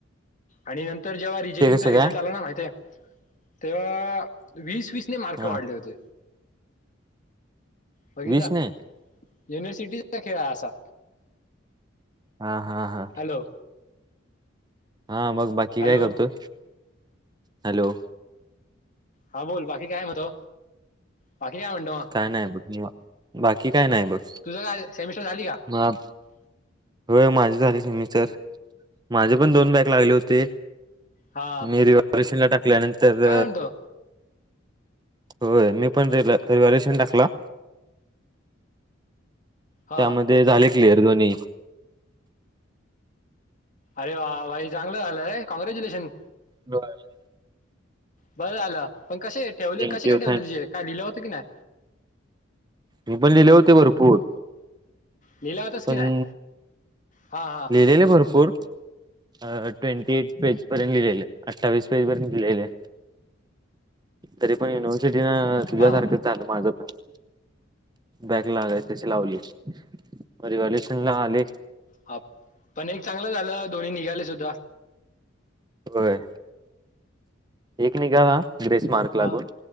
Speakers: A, on the left; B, on the right.
A: आणि न जेव्हा रिचेकिंग
B: ते कसं
A: चा रिझ्ट
B: काय
A: लागला ना माहिताय तेव्हा वीस वीस <unintelligible> मार्क
B: हा
A: वाढले होते? बघितला
B: वीस नी.
A: युनिव्हर्सिटीचा खेळ असा.
B: हा हा हा.
A: हॅलो
B: हा मग बाकी
A: हॅलो
B: काय करतो? हॅलो.
A: हा बोल बाकी काय मतो. बाकी काय म्हणतो मग,
B: काय नाही बघ निवा बाकी काय नाही बघ
A: तुझं काय सेमिस्टर झाली का? <inaudible>
B: हा होय माझी झाली सेमिस्टर, माझे पण दोन बॅग लागले होते.
A: हा
B: मेरशनला टाकल्यानंतर
A: काय म्हणतो
B: होय मी पण र रिवाल्युशन टाकला.
A: हा
B: त्यामध्ये झाले क्लियर दोनी्ही.
A: अरे वा भाई चांगलं झालं र कॉग्रॅच्युलेशन.
B: बर.
A: बरं आलं पण कसे ठेवले
B: थँक्यू
A: कसे काय ठेवले
B: थँक
A: तुझे काय लिहिलं होत की नाही.
B: मी पण लिहिले होते भरपूर,
A: लिहिला होतस की
B: पण
A: नाही हा हा
B: लिलेले भरपूर, अ ट्वेंटी एट पेज पर्यंत लिहिलेले अठ्ठावीस पेज पर्यंत लिहिलेले. तर पण युनिवर्सिट तुझ्यासारखं
A: हा
B: चालं माझ पण, बॅग लागाय तशी लावली. परिवालेच ना आले.
A: हा पण एक चांगलं झालं दो्ही निघाले सुद्धा.
B: होय. एक निघावा ग्रेसमार्क लागून.
A: मग